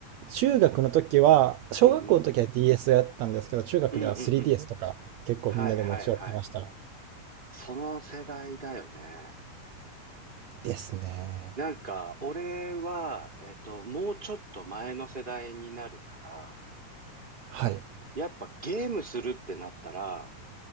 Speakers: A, on the right; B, on the right.
A: 中学の時は小学校の時は
B: うんうん。
A: DS をやったんですけど中学では
B: うんうんうん。
A: 3DS とか結構みんなで持ち寄ってました
B: はいはいはい。その世代だよね。
A: ですね
B: なんか、俺は、えっと、もうちょっと前の世代になるから、
A: はい
B: やっぱゲームするってなったら、